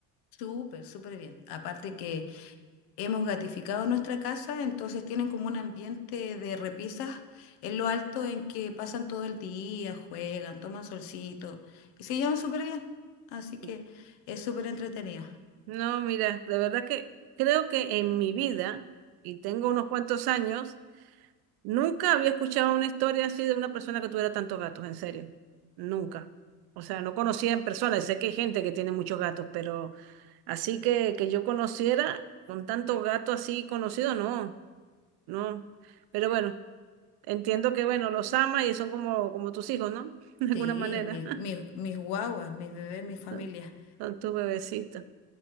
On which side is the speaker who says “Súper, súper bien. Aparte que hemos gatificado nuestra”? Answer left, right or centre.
Left